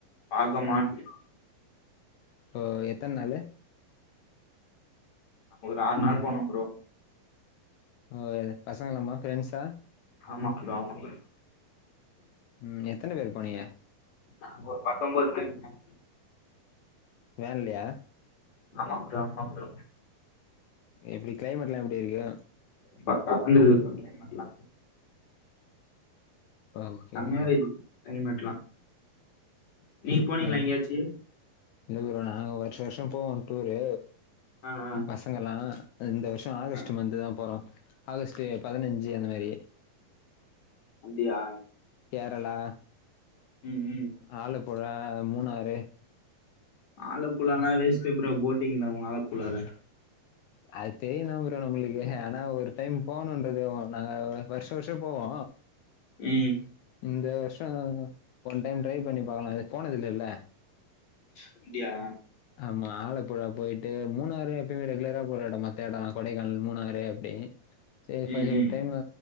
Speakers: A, on the left (about 50°); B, on the left (about 80°).
A: பாகமான்
B: ம் ஓ எத்தன்னாளு
A: ஒரு ஆறு நாள் போனோ ப்ரோ
B: ஓ பசங்களலாமா ஃபிரெண்ட்ஸா
A: ஆமா ப்ரோ ஆமா ப்ரோ
B: ம் எத்தன பேர் போனீங்க
A: நாங்க ஒரு பத்தொம்பது பேர் போனோ
B: வேன்லயா
A: ஆமா ப்ரோ ஆமா ப்ரோ
B: எப்டி கிளைமேட்ல்லா எப்டி இருக்கு
A: பக்காவா இருந்துது ப்ரோ கிளைமேட்லா
B: ஓகே
A: செம்மயா
B: ஓகே
A: இருகுது கிளைமேட் லா நீங் போனீங்ளா
B: ஓ
A: எங்கயாச்சி
B: இல்ல ப்ரோ நாங்க வருஷா வருஷம் போவோ டூரு
A: ஆ ஆ
B: நாங்களா இந்த வருஷொ ஆகஸ்ட்
A: ஆ
B: மந்த் தா போறோ ஆகஸ்ட்டு பதினஞ்சு அந்த மேரி
A: அப்டியா
B: கேரளா
A: ம் ம்
B: ஆலப்புழா மூணாரு
A: ஆலப்புழாலா வேஸ்டு ப்ரோ போட்டிங் தா ஆலப்புழால
B: அது தெரியுந்தா ப்ரோ நம்மளுக்கு ஆனா ஒரு டைம் போகணுன்றத நாங்க வருஷா வருஷோ போவோ
A: ம்
B: இந்த வருஷம் ஒன் டைம் ட்ரை பண்ணி பாக்கலா போனது இல்லல
A: அப்டியா
B: ஆமா ஆலப்புழா போயிட்டு மூணாறு எப்பயுமே ரெகுலரா போற எடம் மத்த எடொ கொடைக்கானல்லா மூணாறு அப்டி சரி
A: ம்
B: ஃபை
A: ம்
B: ஒரு டைமு